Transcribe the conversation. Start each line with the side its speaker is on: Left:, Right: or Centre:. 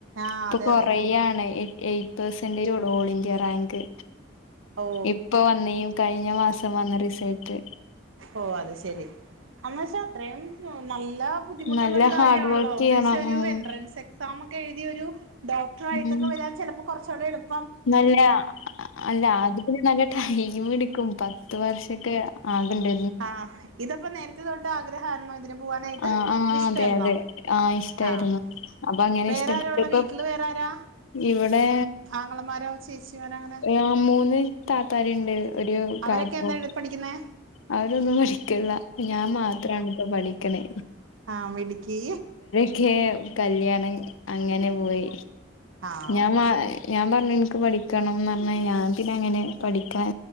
Right: ആഹ്
Left: ഇപ്പൊ
Right: അതെ
Left: കൊറയാണ്
Right: അതെ
Left: എയ്റ്റ് പെർസെന്റേജുള്ളു ഓൾ ഇന്ത്യ റാങ്ക്.
Right: ഓ
Left: ഇപ്പൊ വന്നയും കഴിഞ്ഞ മാസം വന്ന റിസൾട്ട്
Right: ഓ അത് ശെരി എന്ന്വച്ചാ അത്രയും നല്ല. ബദ്ധിമുട്ടുള്ള
Left: നല്ല
Right: ഒരു
Left: ഹാർഡ്
Right: കാര്യാണല്ലോ
Left: വർക്ക് ചെയ്യണം
Right: ന്ന്വെച്ചാ ഒരു
Left: ഉം
Right: എൻട്രൻസ് എ മ്മാക്ക് എഴുതിയ ഒരു ഡോക്ടറായിട്ടൊക്കെ
Left: ഉം
Right: വരാ ചിലപ്പോൾ കുറച്ചൂടെ എളുപ്
Left: നല്ല അല്ല അത് പിന്നെ നല്ല ടൈംടുക്കും പത്ത് വർഷക്കെ ആക്ണ്ട്
Right: ആഹ് ഇതപ്പോ നേരത്തെ തൊട്ട് ആഗ്രഹാണോ ഇതിന്. പോവാനായിട്ട്
Left: ആ ആ
Right: ഇത്ഷ്ടായിരുന്നോ
Left: അതെ അതെ ആ ഇഷ്ടായിരുന്നു
Right: ആവേറെ
Left: അപ്പൊ അങ്ങനെ ഇഷ്ടപ്പെട്ടപ്പോ
Right: ആര ഉള്ള വീട്ടില് വേറെ ആരാ.
Left: ഇവിടെ
Right: ആങ്ങളമാരോ ചേച്ചിമാരോ അങ്ങനെ
Left: ആ മൂന്ന് താത്താര്ണ്ട് ഒരു
Right: അവരൊക്കെ
Left: കാക്കും.
Right: എന്താ പഠിക്കുന്നേ
Left: അവരൊന്നും പഠിക്ല്ല ഞാൻ മാത്രാണിപ്പൊ പഠിക്കണേ.
Right: ആ മിടുക്കി.
Left: ക്കെ കല്യാണം അങ്ങനെ പോയി
Right: ആഹ്
Left: ഞാമാ ഞാപറഞ്ഞു ഇൻക്ക് പഠിക്കണംന്ന് പറഞ്ഞ്, ഞാൻ പിന്നെ അങ്ങനെ പഠിക്കാൻ